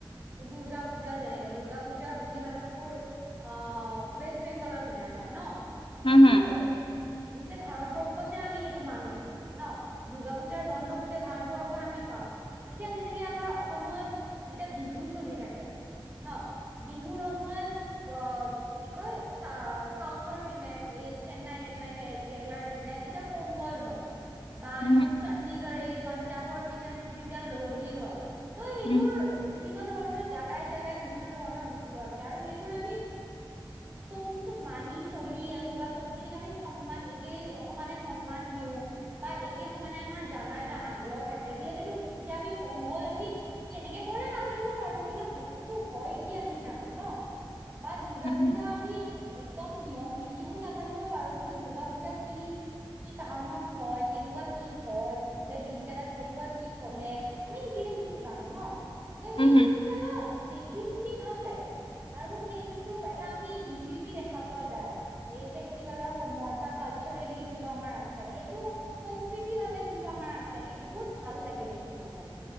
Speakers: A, on the right; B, on the left.
A: দুূৰ্গা পূজা যেনেকে দুৰ্গা পূজা বেছিভাগ তোৰ অ ৱেষ্ট বেংগলৰ পিনে হয় ন
B: হম
A: কিন্তু
B: হম
A: গোটেই ভাৰতবৰ্ষতে আমি সেইটো মানো ন৷ দুৰ্গা পূজাৰ বন্ধ গোটেই ভাৰতবৰ্ষত আমি পাওঁ এতিয়া যেনেকে আমাৰ অসমত যেতিয়া বিহু চলি থাকে ন বিহুৰ সময়ত ক কি কয় চা চাউথৰ পিনে এই চেন্নাই-তেন্নাই কে কেৰেলাৰ পিনে তেতিয়া পঙ্গল হয় বা
B: হম
A: তোৰ চণ্ডিগড়ে পাঞ্জাৱৰ পিনে তোৰ তেতিয়া লৰি হয় ত' সেইবোৰ
B: হম
A: বিভিন্ন ধৰণৰ জেগাই-জেগাই বিভিন্ন ধৰণৰ বস্তু আছে আৰু সেইবোৰ আমি চব বস্তু মানি চলি আছো বা চব খিনিক আমি সন্মান একে সমানে সন্মান দিও বা একে সমানে আমাৰ জানাৰ এটা আগ্ৰহ থা কে যিহেতুটো এতিয়া আমি পংগল আমি কেনেকে কৰে নাজানিব পাৰো কিন্তু বস্তুতো হয় কি আমি জানো ন বা দূৰ্গা
B: হম
A: পূজা আমি একদম নিয়ম নীতিবোৰ নাজানিব পাৰো কিন্তু দূৰ্গা পূজা কি কি কাৰণত হয়? কেনেকুৱা কি হয়? গোটেই দিন কেইটাত কেনেকুৱা কি চলে, আমি সেইখিনি বস্তু জানো ন, ত
B: হম
A: সেই
B: হম
A: বস্তুটো এটা দে সি শুনি ভাল লাগে আৰু সেই যোনটো এটা আমি ইউনিটি দেখা পোৱা যায় এই ফেষ্টিভেলৰ সময়ত বা কালচাৰেলি যোনটো আমাৰ আছে, সেইটো সংস্কৃতি ভাৱে যোনটো আমাৰ আছে টো বহুত ভাল লাগে দেখি মানে৷